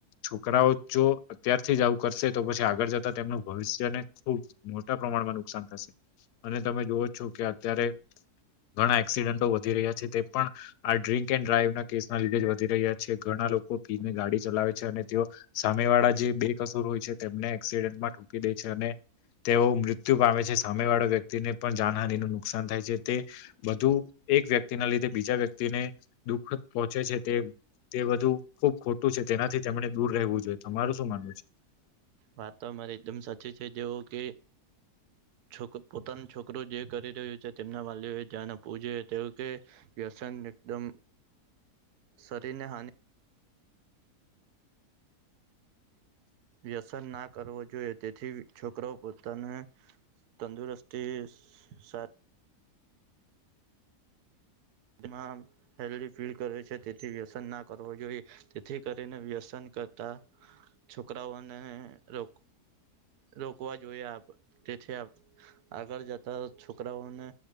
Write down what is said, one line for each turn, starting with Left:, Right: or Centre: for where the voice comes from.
Left: છોકરાઓ જો અત્યારથી જ આવું કરશે તો પછી આગળ જતા તેમનું ભવિષ્ય ને ખુબ મોટા પ્રમાણમાં નુકસાન થશે અને તમે જોવો છો કે અત્યારે ઘણા એક્સિડન્ટો વધી રહ્યા છે તે પણ આ ડ્રિંક એન્ડ ડ્રાઈવ ના કેસના લીધે જ વધી રહ્યા છે. ઘણ ના લોકો પીને ગાડી ચલાવે છે અને તેઓ સામે વાળા જે બે કસોર હોય છે. તેમને એક્સિડેન્ટમાં ઠોકી દે છે અને તેઓ મૃત્યુ પામે છે. સામે વાળા વ્યક્તિને પણ જાનહાની નું નુકસાન થાય છે. તે બધું એક વ્યક્ તી ના લીધે બીજા વ્યક્તિને દુઃખ પહોંચે છે તે તે બધું ખુબ ખોટું છે તેનાથી તેમણે દૂર રહેવું જોઈએ. તમારું શું માનવું છે?
Right: વાતો મારે એકદમ સાચી છે. જેવો કે છક પોતાનું છોકરું જે કરી રહ્યું છે તેમના વાલી એ ધ્યાન આપવું જોઈએ. તેવું કે વ્યસન એકદમ શરીરને હાનિ વ્યસન ના કરવો જોઈએ. તેથી છોકરાઓ પોતાને તંદુરસ્તી સા તેમાં હેલદી ફીલ કરે છે. તેથી વ્યસન ના કરવો જોઈએ તેથી કરીને વ્યસન કરતા છોકરાઓને રોક રોકવા જોઈએ આપ તેથી આગળ જતા છોકરાઓને